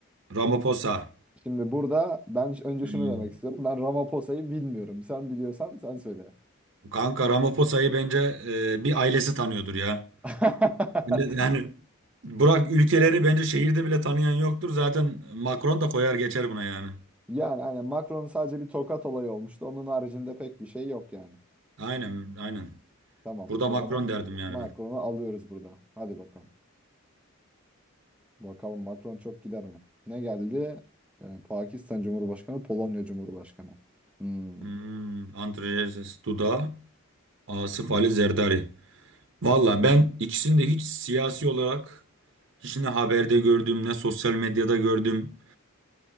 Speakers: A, on the right; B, in the centre.
A: Ramaphosa.
B: Şimdi burada ben önce
A: Hmm.
B: şunu demek istiyorum. Ben Ramaphosa'yı bilmiyorum. Sen biliyorsan sen söyle.
A: Kanka Ramaphosa bence e, bir ailesi tanıyordur ya.
B: <laughs>
A: Millet- Yani bırak ülkeleri bence şehirde bile tanıyan yoktur. Zaten Macron da koyar geçer buna yani.
B: Yani aynen Macron'un sadece bir tokat olayı olmuştu. Onun haricinde pek bir şey yok yani.
A: Aynen aynen.
B: Tamam
A: Burada
B: o
A: Macron
B: zaman
A: derdim yani
B: Macron'u
A: ben.
B: alıyoruz burada. Hadi bakalım. Bakalım Macron çok gider mi? Ne geldi? Ee, Pakistan Cumhurbaşkanı, Polonya Cumhurbaşkanı. Hmm.
A: Hmm, Antrojenses Duda, Asif Ali Zerdari. Valla ben ikisini de hiç siyasi olarak hiç ne haberde gördüm ne sosyal medyada gördüm.